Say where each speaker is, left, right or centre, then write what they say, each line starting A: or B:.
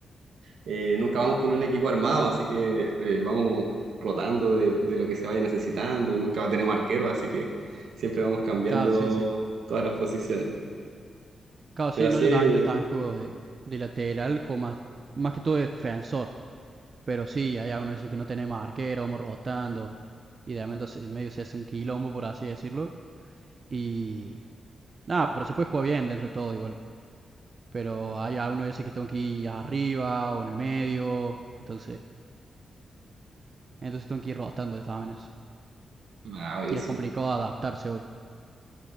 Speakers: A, on the right; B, on the right.
A: eh, nunca vamos con un equipo armado, así que eh, vamos rotando de, de lo que se vaya necesitando, nunca tenemos arquero, así que siempre vamos cambiando
B: Claro, sí, sí.
A: todas las posiciones.
B: Claro, sí,
A: Pero así,
B: no, yo también, yo también juego de, de lateral, juego más, más que todo de defensor. Pero sí, hay algunos veces que no tenemos arquero, vamos rotando. Y de momento se- en medio se hace un quilombo, por así decirlo. Y nada, pero se puede jugar bien dentro de todo igual. Pero hay algunas veces que tengo que ir arriba o en el medio. Entonces, entonces tengo que ir rotando también eso.
A: ah, buenísimo.
B: Y es complicado adaptarse hoy.